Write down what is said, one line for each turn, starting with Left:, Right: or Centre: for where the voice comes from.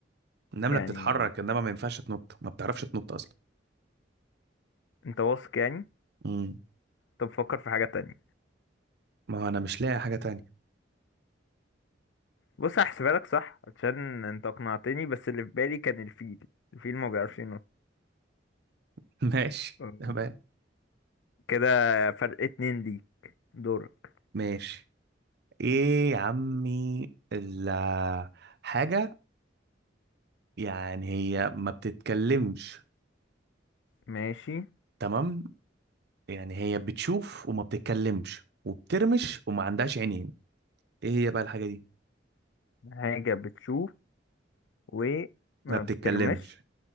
Right: النملة
Left: يعني
Right: بتتحرك انما ما ينفعش تنط ما بتعرفش تنط اصلا
Left: انت واثق يعني
Right: امم
Left: طب فكر في حاجة تانية
Right: ما هو انا مش لاقي حاجة تانية
Left: بص هحسبها لك صح عشان انت اقنعتني بس اللي في بالي كان الفيل الفيل ما بيعرفش ينط
Right: <laughs> ماشي
Left: أم،
Right: تمام
Left: كده فرق اتنين ليك دورك
Right: ماشي ايه يا عمي ال حاجة يعني هي ما بتتكلمش
Left: ماشي
Right: تمام يعني هي بتشوف وما بتتكلمش وبترمش وما عندهاش عينين ايه هي بقى الحاجة دي
Left: حاجة بتشوف وما
Right: ما بتتكلمش
Left: بترمش